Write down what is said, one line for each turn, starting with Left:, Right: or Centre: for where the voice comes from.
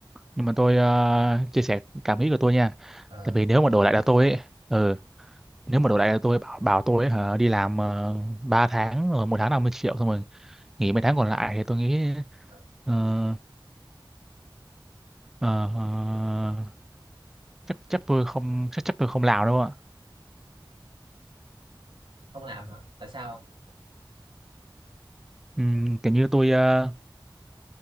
Centre: nhưng mà tôi ờ, chia sẻ cảm nghĩ của tôi nha
Right: ờ
Centre: tại vì nếu mà đổi lại là tôi ấy ừ, nếu mà đổi lại là tôi bảo bảo tôi ấy, hả, đi làm uh, 3 tháng rồi một tháng 50 triệu xong rồi nghỉ mấy tháng còn lại thì tôi nghĩ
Right: ờ,
Centre: ờ, Ờ, ờ, chắc chắc tôi không chắc chắc tôi không làm đâu ạ
Right: không làm hả tại sao không?
Centre: Ừm, kiểu như tôi ờ,